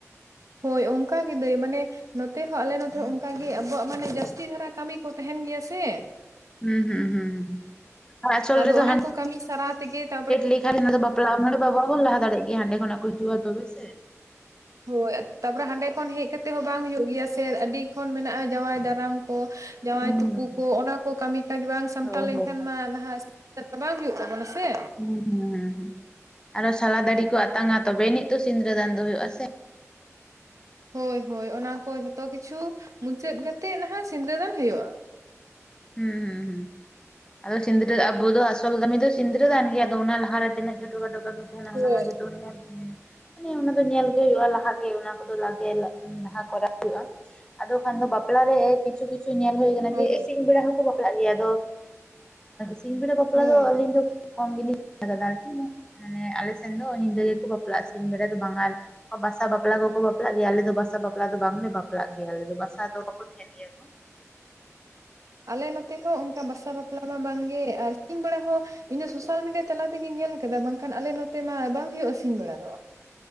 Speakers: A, on the right; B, on the left.
A: ᱦᱚᱭ ᱚᱱᱠᱟ ᱜᱮ ᱫᱟᱹᱭ ᱢᱟᱱᱮ ᱱᱚᱛᱮ ᱦᱚᱸ ᱟᱞᱮ ᱱᱚᱛᱮ ᱦᱚᱸ ᱚᱱᱠᱟᱜᱮ ᱟᱵᱚᱣᱟᱜ ᱢᱟᱱᱮ ᱡᱟᱹᱥᱛᱤ ᱫᱷᱟᱨᱟ ᱠᱟᱹᱢᱤ ᱠᱚ ᱛᱟᱦᱮᱱ ᱜᱮᱭᱟ ᱥᱮ
B: ᱦᱩᱸ-ᱦᱩᱸ, ᱦᱩᱸ ᱟᱨ ᱟᱥᱚᱞ
A: ᱟᱫᱚ
B: ᱨᱮᱫᱚ
A: ᱚᱱᱟ
B: ᱦᱟᱱ
A: ᱠᱚ ᱠᱟᱹᱢᱤ ᱥᱟᱨᱟ ᱛᱮᱜᱮ ᱛᱟᱯᱚᱨᱮ
B: ᱞᱮᱠᱷᱟᱱ ᱵᱟᱯᱞᱟ ᱦᱟᱸᱰᱮ ᱢᱟ ᱵᱟᱵᱚᱱ ᱞᱟᱦᱟ ᱫᱟᱲᱮᱭᱟᱜ-ᱟ᱾ ᱦᱟᱸᱰᱮ ᱠᱷᱚᱱᱟ ᱠᱚ ᱦᱤᱡᱩᱜ-ᱟ ᱛᱚᱵᱮ ᱥᱮ
A: ᱦᱚᱭ ᱛᱟᱯᱚᱨᱮ ᱦᱟᱸᱰᱮ ᱠᱷᱚᱱ ᱦᱮᱡ ᱠᱟᱛᱮᱫ ᱦᱚᱸ ᱵᱟᱝ ᱦᱩᱭᱩᱜ ᱜᱮᱭᱟ ᱥᱮ ᱟᱹᱰᱤ ᱠᱷᱚᱱ ᱢᱮᱱᱟᱜᱼᱟ ᱡᱟᱶᱟᱭ ᱫᱟᱨᱟᱢ ᱠᱚ ᱡᱟᱶᱟᱭ
B: ᱦᱩᱸ
A: ᱛᱩᱯᱩ
B: ᱦᱩᱸ
A: ᱠᱚ ᱚᱱᱟ ᱠᱚ ᱠᱟᱹᱢᱤ ᱠᱟᱡᱽ ᱵᱟᱝ ᱥᱟᱢᱴᱟᱣ
B: ᱦᱳᱭ ᱦᱳᱭ
A: ᱞᱮᱱᱠᱷᱟᱱ ᱢᱟ ᱱᱟᱦᱟᱜ ᱫᱚ ᱵᱟᱝ ᱦᱩᱭᱩᱜ ᱛᱟᱵᱚᱱᱟ ᱥᱮ
B: ᱦᱩᱸ-ᱦᱩᱸ, ᱦᱩᱸ ᱟᱨᱚ ᱥᱟᱞᱟ ᱫᱟᱨᱤ ᱠᱚ ᱟᱛᱟᱝᱟ ᱛᱚᱵᱮᱡᱟᱹᱱᱤᱡ ᱛᱚ ᱥᱤᱸᱫᱨᱟᱹ ᱫᱟᱱ ᱫᱚ ᱦᱩᱭᱩᱜ ᱟᱥᱮ
A: ᱦᱚᱭ-ᱦᱚᱭ ᱚᱱᱟᱠᱚ ᱡᱷᱚᱛᱚ ᱠᱤᱪᱷᱩ ᱢᱩᱪᱟᱹᱫ ᱠᱟᱛᱮᱫ ᱱᱟᱦᱟᱜ ᱥᱤᱸᱫᱨᱟᱹᱫᱟᱱ ᱦᱩᱭᱩᱜᱼᱟ᱾
B: ᱦᱩᱸ, ᱦᱩᱸ-ᱦᱩᱸ ᱟᱫᱚ ᱥᱤᱸᱫᱽᱨᱟᱹ ᱟᱵᱚ ᱫᱚ ᱟᱥᱚᱞ ᱠᱟᱹᱢᱤ ᱫᱚ ᱥᱤᱸᱫᱽᱨᱟᱹᱫᱟᱱ ᱜᱮ ᱟᱫᱚ ᱚᱱᱟ ᱞᱟᱦᱟ ᱛᱤᱱᱟᱹᱜ ᱚᱱᱟ ᱢᱟ ᱡᱚᱛᱚ ᱢᱚᱡᱽ ᱛᱟᱦᱮᱱᱟ
A: ᱦᱳᱭ
B: ᱚᱱᱟ ᱢᱟ ᱡᱚᱛᱚ ᱜᱤᱵᱚᱱ ᱧᱮᱞ ᱢᱟᱱᱮ ᱚᱱᱟ ᱫᱚ ᱧᱮᱞ ᱜᱮ ᱦᱩᱭᱩᱜᱼᱟ ᱞᱟᱦᱟᱜᱮ ᱚᱱᱟ ᱠᱚᱫᱚ ᱞᱟᱜᱮ ᱞᱟᱦᱟ ᱠᱚᱨᱟᱣ ᱦᱩᱭᱩᱜᱼᱟ᱾ ᱟᱫᱚ ᱠᱷᱟᱱ ᱫᱚ ᱵᱟᱯᱞᱟ ᱨᱮ ᱠᱤᱪᱷᱩ- ᱠᱤᱪᱷᱩ ᱧᱮᱞ ᱦᱩᱭᱩᱜ-ᱟ᱾
A: ᱦᱳᱭ
B: ᱥᱤᱧ ᱵᱮᱲᱟ ᱦᱚᱸᱠᱚ ᱵᱟᱯᱟᱜ ᱜᱮᱭᱟ ᱟᱫᱚ ᱥᱤᱧ ᱵᱮᱲᱟ ᱵᱟᱯᱞᱟ
A: ᱦᱳᱭ
B: ᱫᱚ ᱟᱹᱞᱤᱧ ᱫᱚ ᱠᱚᱢ ᱜᱮᱞᱤᱧ ᱟᱠᱟᱫᱟ ᱟᱨ ᱠᱩ ᱢᱟᱱᱮ ᱟᱞᱮ ᱥᱮᱱ ᱫᱚ ᱧᱤᱫᱟᱹ ᱜᱮᱠᱚ ᱵᱟᱯᱞᱟᱜᱼᱟ ᱥᱤᱧ ᱵᱮᱲᱟ ᱫᱚ ᱵᱟᱝ ᱟᱨ ᱵᱟᱥᱟ ᱵᱟᱯᱞᱟ ᱠᱚᱠᱚ ᱵᱟᱯᱞᱟᱜ ᱜᱮᱭᱟ ᱟᱞᱮ ᱫᱚ ᱵᱟᱥᱟ ᱵᱟᱯᱞᱟ ᱫᱚ ᱵᱟᱝᱞᱮ ᱵᱟᱯᱞᱟᱜ ᱜᱮᱭᱟ ᱟᱞᱮ ᱫᱚ ᱵᱟᱥᱟ ᱫᱚ ᱵᱟᱠᱚ ᱛᱮᱦᱮᱱ ᱜᱮᱭᱟ ᱠᱚ
A: ᱟᱞᱮ ᱱᱚᱛᱮ ᱦᱚᱸ ᱚᱱᱠᱟ ᱵᱟᱥᱟ ᱵᱟᱯᱞᱟ ᱢᱟ ᱵᱟᱝᱜᱮ ᱟᱨ ᱥᱤᱧ ᱵᱮᱲᱟ ᱦᱚᱸ ᱤᱧ ᱫᱚ ᱥᱳᱥᱟᱞ ᱢᱤᱰᱤᱭᱟ ᱛᱟᱞᱟ ᱛᱮᱜᱤᱧ ᱧᱮᱞ ᱟᱠᱟᱫᱟ ᱵᱟᱝᱠᱷᱟᱱ ᱟᱞᱮ ᱱᱚᱛᱮ ᱢᱟ ᱵᱟᱝ ᱦᱳᱭᱳᱜᱼᱟ ᱥᱤᱧ ᱵᱮᱲᱟ ᱫᱚ᱾